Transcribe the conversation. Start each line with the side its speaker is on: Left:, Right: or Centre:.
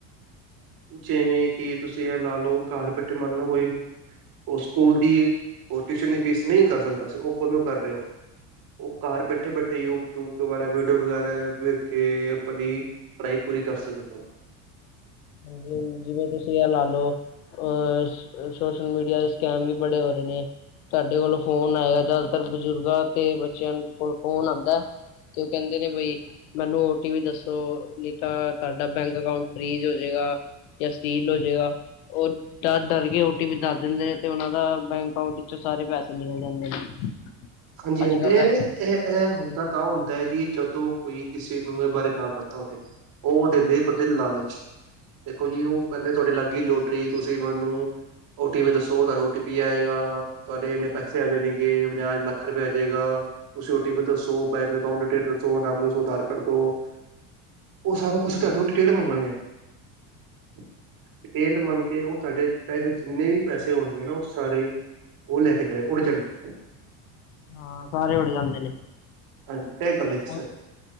Right: ਜਿਵੇਂ ਕਿ ਤੁਸੀਂ ਐਹ ਲਾ ਲੋ ਘਰ ਬੈਠੇ ਮੰਨ ਲਓ ਕੋਈ ਓਹ ਸਕੂਲ ਦੀ, ਓਹ ਟਿਊਸ਼ਨ ਦੀ ਫੀਸ ਨਹੀਂ ਕਰ ਸਕਦਾ ਸੀ ਓਹ ਫੋਲੋ ਕਰ ਰਿਐ ਓ। ਘਰ ਬੈਠੇ ਬੈਠੇਈ ਓ ਯੂਟਊਬ ਤੋਂ ਵਗੈਰਾ ਵੀਡੀਓ ਵਗੈਰਾਵੇਖ ਕੇ ਆਪਣੀ ਪੜ੍ਹਾਈ ਪੂਰੀ ਕਰ ਸਕਦੈ।
Left: ਹਾਂਜੀ, ਜਿਵੇਂ ਤੁਸੀਂ ਆ ਲਾਲੋ- ਅ ਸੋਸ਼ਲ ਮੀਡੀਆ ਦੇ ਸਕੈਮ ਵੀ ਬੜੇ ਹੋ ਰੇਨੇ। ਸਾਡੇ ਕੋਲ ਫੋਨ ਆਏਗਾ ਜਾਦਾਤਰ ਬਜ਼ੁਰਗਾਂ ਤੇ ਬੱਚਿਆਂ ਕੋਲ ਫੋਨ ਆਂਦੈ। ਤੇ ਓ ਕੈਂਦੇ ਨੇ ਬਈ ਮੈਨੂੰ ਓਟੀਵੀ ਦੱਸੋ, ਨਈਂ ਤਾਂ- ਤਾਡਾ ਬੈਂਕ ਅਕਾਊਂਟ ਫਰੀਜ਼ ਹੋ ਜੇਗਾਯਾਂ ਸੀਲ ਹੋ ਜੇਗਾ। ਓ ਡਰ-ਡਰ ਕੇ ਓਟੀਪੀ ਦੱਸ ਦਿੰਦੇ ਨੇ, ਤੇ ਓਨਾਂ ਦਾ ਬੈਂਕ ਅਕਾਊਂਟ- ਚੋਂ ਸਾਰੇ ਪੈਸੇ ਨਿਕਲ ਜਾਂਦੇ ਨੇ।
Right: ਹਾਂਜੀ-ਹਾਂਜੀ,
Left: ਅੱਜ ਕੱਲ ਹਾਂਜੀ
Right: ਤੇ ਇਹ ਇਹ ਹੁੰਦਾ ਤਾਂ ਹੁੰਦਾ ਐਜੀ ਜਦੋਂ ਕੋਈ ਕਿਸੇ ਨੂੰ ਏਹ ਬਾਰੇ ਨਾ ਪਤਾ ਹੋਵੇ। ਓ ਦਿੰਦੇ
Left: ਹਾਂਜੀ
Right: ਬੰਦੇ ਨੂੰ ਲਾਲਚ ਦੇਖੋ ਜੀ, ਓ
Left: ਹਾਂਜੀ
Right: ਕੈਂਦੇ ਤੁਆਡੀ ਲਾਗ ਗਈ ਲੋਟਰੀ ਤੁਸੀਂ ਮੈਨੂੰ ਓਟੀਪੀ ਦੱਸੋ ਤੁਆਨੂੰ ਓਟੀਪੀ ਆਏਗਾ, ਤੁਆਡੇ ਇੰਨੇ ਪੈਸੇ ਆ ਜਾਣਗੇ ਪੰਜਾਹ ਲੱਖ ਲਾਖ ਰਪੈ ਆ ਜੇਗਾ। ਤੁਸੀਂ ਓਟੀਪੀ ਦੱਸੋ, ਬੈਂਕ ਅਕਾਊਂਟ, ਡਿਟੇਲ ਦੱਸੋ ਨਾਮ ਦੱਸੋ, ਆਧਾਰ ਕਾਰਡ ਦੋ- ਓ ਸਾਰਾ
Left: ਹਾਂਜੀ
Right: ਕੌਛ ਤੁਆਡੇ ਕੋਲ ਡਿਟੇਲ ਮੰਗਣ ਗੇ। ਡਿਟੇਲ ਮੰਗ ਕੇ, ਓ ਤੁਆਡੇੈ ਜਿੰਨੇ ਵੀ ਪੈਸੇ ਹੋਣਗੇ ਨਾ ਓ ਸਾਰੇ- ਓ ਲੈ ਕੇ ਜਾਏ, ਓੜ ਜਾਣ-
Left: ਹਾਂ, ਸਾਰੇ ਉੜ ਜਾਂਦੇ ਨੇ।
Right: ਹਾਂਜੀ,
Left: ਹੁਣ
Right: <unintelligible>